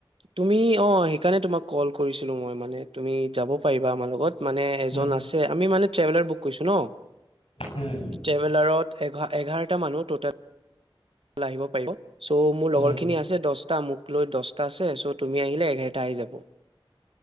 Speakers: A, on the right; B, on the left.
A: তুমি অ, সেইকাৰণে তোমাক কল কৰিছিলো মই মানে তুমি যাব পাৰিবা আমাৰ লগত। মানে এজন
B: উম
A: আছে, আমি মানে ট্ৰেভেলাৰ বুক কৰিছো ন।
B: উম
A: ট্ৰেভেলাৰত। এঘ-এঘাৰটা মানুহ ট'টেল। আহিব পাৰিব। চ' মোৰ
B: উম
A: লগৰ খিনি আছে, দহ। মোক লৈ দহটা আছে চ' তুমি আহিলে এঘাৰটা আহি যাব।